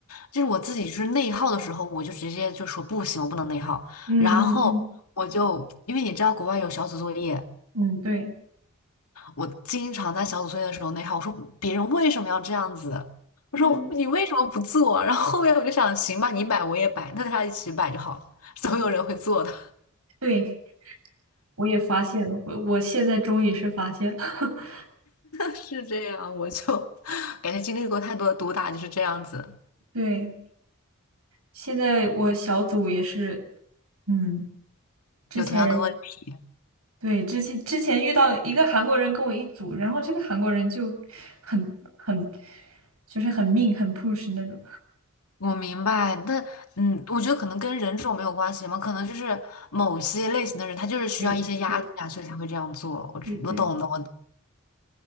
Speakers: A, on the left; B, on the right.
A: 就是我自己就是内耗的时候，我就直接就说不行，我不能内耗。
B: 嗯嗯嗯
A: 然后我就因为你知道国外有小组作业，
B: 嗯，对，
A: 我经常在小组作业的时候内耗，我说别人为什么要这样子？我说你为什么不做？
B: 嗯，
A: 然后后面我就想，行吧，你摆我也摆，那大家一起摆就好了，总有人会做的。
B: 对，我也发现了，我我现在终于是发现了，<laughs>
A: 是这样，我就 <laughs> 感觉经历过太多的毒打，就是这样子，
B: 对，现在我小组也是，嗯，之前。
A: 有同样的问题。
B: 对，之前之前遇到一个韩国人跟我一组，然后这个韩国人就很很就是很命很 push 那种。
A: 我明白，那嗯，我觉得可能跟人种没有关系嘛，可能就是某些类型的人，他就是需要一些压力啊，
B: 对对对
A: 所以才会这样做。我我懂的，
B: 对对，
A: 我懂